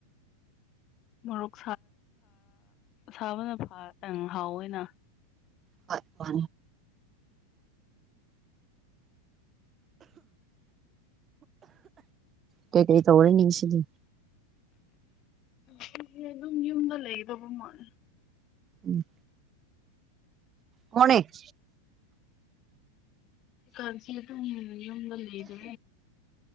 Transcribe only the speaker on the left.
ꯃꯔꯣꯛ ꯁꯥꯕꯅ ꯐꯇꯪ ꯍꯥꯎꯋ ꯑꯣꯏꯅ
ꯁꯤꯁꯦ ꯑꯗꯨꯝ ꯌꯨꯝꯗ ꯂꯩꯗꯧꯕ ꯃꯥꯜ
ꯀꯁꯤꯇꯗ ꯂꯩꯗ